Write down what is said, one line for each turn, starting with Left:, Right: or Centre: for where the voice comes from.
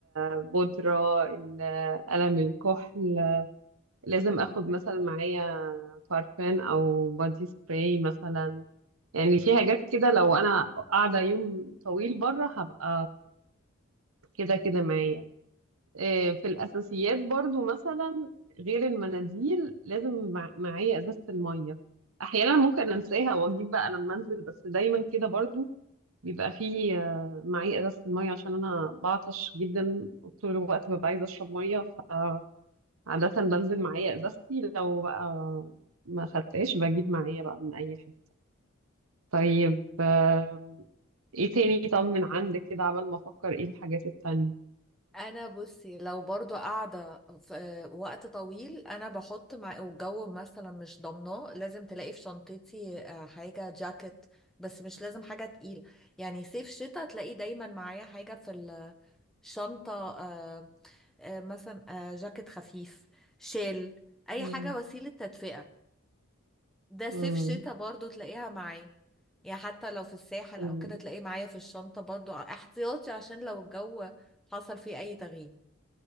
Right: البودره ال- قلم الكحل لازم اخد مثلا معايا بارفان او بادي سبراي مثلا يعني في حاجات كده لو انا قاعده يوم طويل بره هبقى كده كده معايا آه، في الأساسيات برضو مثلا غير المناديل لازم مع- معايا إزازة المية أحيانا ممكن أنساها وأجيب بقى لما أنزل بس دايما كده برضو بيبقى فيه آه، معايا إزازة المية عشان أنا بعطش جدا طول الوقت ببقى عايزة أشرب مية فعادة بنزل معايا إزازتي لو بقى ما خدتهاش بجيب معايا بقى من أي حتة طيب آم، إيه تاني طب من عندك كده عبال ما أفكر إيه الحاجات التانية
Centre: انا بصي لو برضو قاعده في آه، وقت طويل انا بحط مع والجو مثلا مش ضامناه لازم تلاقي في شنطتي آه، حاجه جاكيت بس مش لازم حاجه تقيله يعني صيف شتاء تلاقي دايما معايا حاجه في الشنطه آه، آه، مثلا آه، جاكيت خفيف شال اي
Right: مم.
Centre: حاجه وسيله تدفئه ده
Right: مم.
Centre: صيف شتاء برضو تلاقيها معايا يعني حتى لو في الساحل
Right: مم.
Centre: او كده تلاقيه معايا في الشنطة برضو احتياطي عشان لو الجو حصل فيه اي تغيير